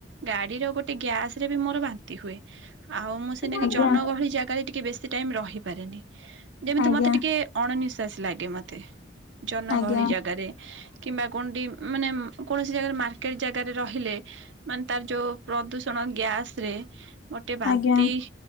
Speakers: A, on the right; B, on the left.
A: ଗାଡିର ଗୋଟେ ଗ୍ୟାସରେ ବି ମୋର ବାନ୍ତି ହୁ ହୁଏ ଆଉ ସେନାକୀ
B: ଆଜ୍ଞା
A: ଜନ
B: ଆଜ୍ଞା
A: ଗହଳି ଜାଗାରେ ଟିକେ ବେଶ ଟାଇ ରହିପାରେନି ଯେମିତି
B: ଆଜ୍ଞା।
A: ମତେ ଟିକେ ଅଣ ନିଶ୍ୱାସ ଅଣନିଶ୍ୱାସୀ ଲାଗେ ମତେ ଜନଗହଳି
B: ଆଜ୍ଞା
A: ଜାଗାରେ କିମ୍ବା କଉଠି ମାନେ କୌଣସି ଜାଗାରେ ମାର୍କେଟ ଜାଗାରେ ରହିଲେ ମାନେ ତାର ଯୋଉ ପ୍ରଦୂଷଣ ଗ୍ୟାସ ରେ ମୋର ଟିକେ ବାନ୍ତି
B: ଆଜ୍ଞା